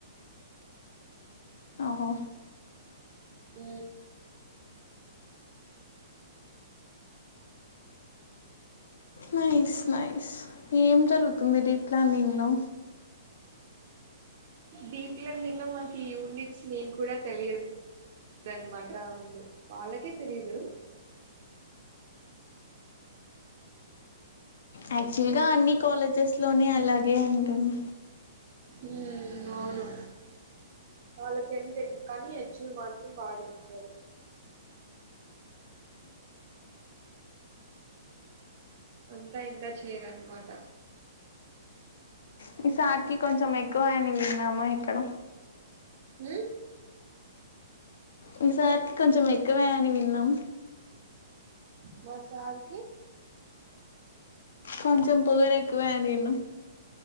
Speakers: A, on the left (about 55°); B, on the right (about 30°).
A: ఓహో
B: ఊ
A: నైస్ నైస్ ఏం జరుగుతుంది డె ప్లానింగ్ లో
B: ఉ డీప్ లెర్డింగ్ లో మాకు ఈ యూనిట్స్ నేమ్ కూడా తెలియదు అనమాట ఉంది వాళ్ళకే తెలీదు
A: యాక్చువల్ గా అన్ని కాలేజెస్ లోనే అలాగే ఉంటును
B: ఉమ్ అవును వాళ్ళక్ ఎంతెన్ కానీ హెచ్చులు మాత్రం బా చేేస్తరు అంతా ఇంకా చేయరన్నమాట
A: మీ సార్ కి కొంచెం ఎక్కువ అని విన్నాము ఇక్కడ
B: ఉ
A: మీ సార్ కి కొంచెం ఎక్కువే ఆని విన్నాం
B: మా సార్ కి
A: కొంచెం పొగరు ఎక్కువే అని విన్నం